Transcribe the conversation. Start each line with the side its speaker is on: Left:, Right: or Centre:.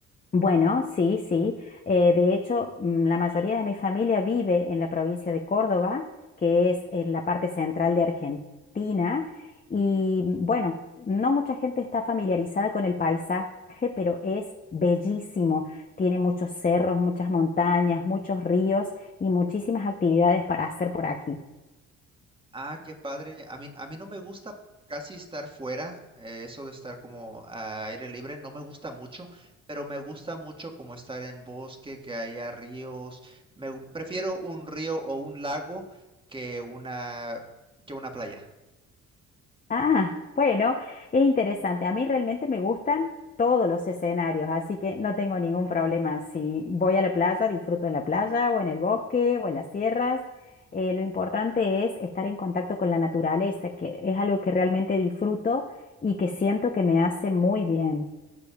Left: Bueno, sí, sí. Eh, de hecho, mm, la mayoría de mi familia vive en la provincia de Córdoba, que es en la parte central de Argentina. Y mm, bueno, no mucha gente está familiarizada con el paisaje, pero es bellísimo. Tiene muchos cerros, muchas montañas, muchos ríos y muchísimas actividades para hacer por aquí.
Right: Ah, qué padre, a mí, a mí no me gusta casi estar fuera, eh, eso de estar como a aire libre, no me gusta mucho, pero me gusta mucho como estar en bosque, que haya ríos. Me, gu- prefiero un río o un lago que una, que una playa.
Left: Ah, bueno, es interesante. A mí realmente me gustan todos los escenarios, así que no tengo ningún problema. Si voy a la playa, disfruto en la playa o en el bosque o en las sierras. Eh, lo importante es estar en contacto con la naturaleza, que es algo que realmente disfruto y que siento que me hace muy bien.